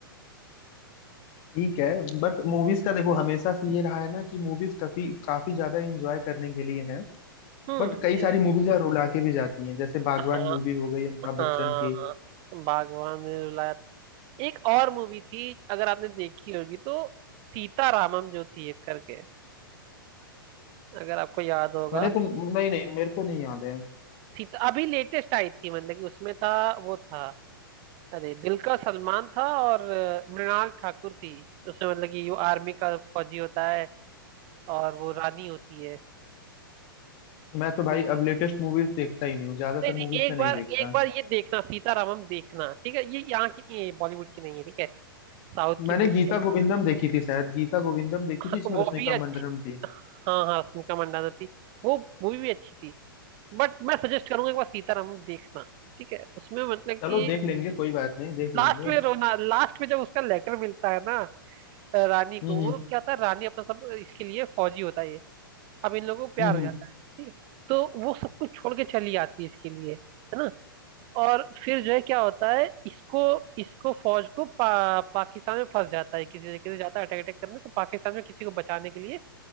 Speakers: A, on the left; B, on the right.
A: ठीक है बट मूवीज का देखो हमेशा से ये रहा है ना कि मूवीज काफी काफी ज्यादा इंजॉय करने के लिए है
B: हम्म
A: बट कई
B: ये-
A: सारी मूवीज यार रुला के भी जाती हैं जैसे बागवान
B: हाँ
A: मूवी हो गई अमिताभ
B: हाँ
A: बच्चन की
B: भगवान ने रुलाया एक और मूवी थी अगर आपने देखी होगी तो सीतारामम जो थी एक करके अगर आपको याद होगा
A: मैंने तो नहीं नहीं मेरे को नहीं याद है
B: सीता अभी लेटेस्ट आई थी मतलब कि उसमें था वो था अरे दिलकर सलमान था और अ, मृणाल ठाकुर थी उसमें मतलब कि वो आर्मी का फौजी होता है और वो रानी होती है
A: मैं तो भाई अब लेटेस्ट मूवीज देखता ही नहीं हूँ ज्यादातर
B: नहीं नहीं
A: मूवीज
B: एक
A: में नहीं
B: बार
A: देखता
B: एक बार ये देखना सीतारामम देखना ठीक है ये यहाँ की नहीं है बॉलीवुड की नहीं है ठीक है साउथ की
A: मैंने
B: मूवी
A: गीता
B: है
A: गोविंदम देखी थी शायद गीता गोविंदम देखी
B: वो
A: थी इसमें रश्मिका
B: भी अच्छी
A: मंदान्ना थी
B: हाँ हाँ स्मिका मंडाना थी वो मूवी भी अच्छी थी बट मैं सजेस्ट करूंगा एक बार सीताराम देखना ठीक है उसमें मतलब कि
A: चलो देख लेंगे कोई बात नहीं देख
B: लास्ट
A: लेंगे
B: में रोना लास्ट में जब उसका लेटर मिलता है ना अ, रानी को
A: हम्म हम्म
B: वो क्या होता है रानी अपना सब इसके लिए फौजी होता है ये अब इन लोगों को प्यार
A: हम्म
B: हो
A: हम्म।
B: जाता है ठीक है तो वो सब कुछ छोड़ के चली आती है इसके लिए है ना और फिर जो है क्या होता है इसको इसको फौज को पा, पाकिस्तान में फंस जाता है किसी तरीके से जाता है अटैक अटैक करने तो पाकिस्तान में किसी को बचाने के लिए